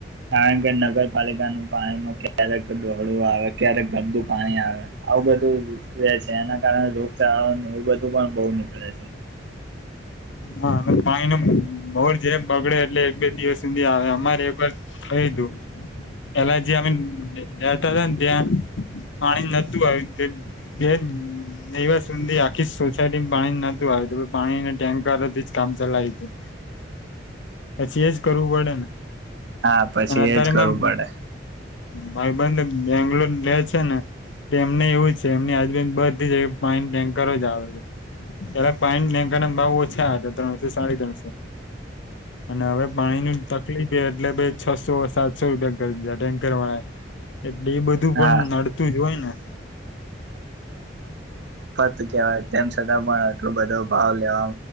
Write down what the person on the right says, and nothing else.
કારણ કે નગરપાલિકાનું પાણીમાં ક્યારેક ડોહળું આવે ક્યારેક ગંદુ પાણી આવે આવું બધું રેહછે એના કારણે ચાએવું બધું પણ બહુ મોકલે છે.
હા પછી
એજ કરવું
પડે.
હા
કવાય તેમ છતાં પણ આટલું બધો ભાવ લેવા